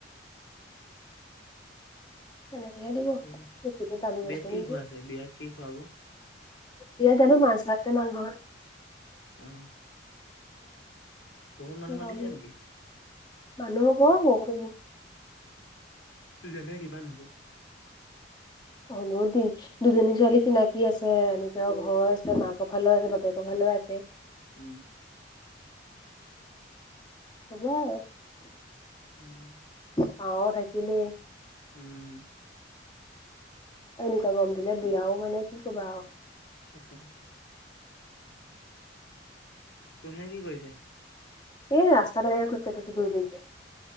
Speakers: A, on the left (about 20°); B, on the left (about 80°).
A: তেনেকেহে দিব
B: উম
A: বেছিটো দামী
B: বিয়াত
A: বস্তু
B: কি
A: নিদিয়ে
B: খোৱাছে বিয়াত কি খুৱাব?
A: এয়াত হেনো মাছ নে মাংস ভাত
B: অ বহুত মানুহ
A: গম
B: মাতিছে নিকি?
A: মানুহ ক বহুত মানুহ।
B: যেনে কিমান হব?
A: অ', বহুত দিন। দুজনী ছোৱালী চিনাকী আছে, নিজৰ ঘৰ আছে, মাকৰ ফালে আছে বাপেকৰ ফালে আছে।
B: উম
A: হ'ব।
B: উম।
A: পাওঁ থাকিলে
B: উম।
A: এনেকুৱা গৰম দিলে বিয়াও মানে কি কবা আৰু
B: তাকে তো কুহে কি কইছে?
A: এ ৰাস্তাত এ এু ফ আছো ঘকে